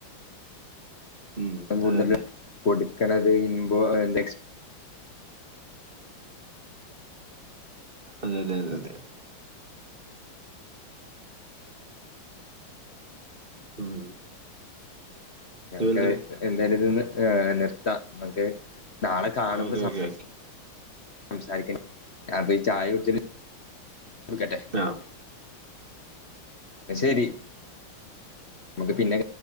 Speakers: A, on the right; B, on the left.
A: ഉം
B: കൂടുതല്
A: അതെ അതെ
B: കൊട്ക്ക്ണത് ഇമ്പോ ആൻഡ് എക്സ്
A: അതെ അതെ അതെ അതെ ഉം
B: ഞമക്ക്
A: അതുപോലെ തന്നെ
B: എല്ലാരിന്ന്നുംലെഫ്ത. നമക്ക് നാളെ കാണുമ്പോ
A: ഓക്കെ
B: സംസാരിക്ക
A: ഓക്കെ ഓക്കെ
B: അപ്പ ഈ ചായ കുടിച്ച വെകട്ടെ
A: ആഹ്
B: ശരി <inaudible> പിന്നെ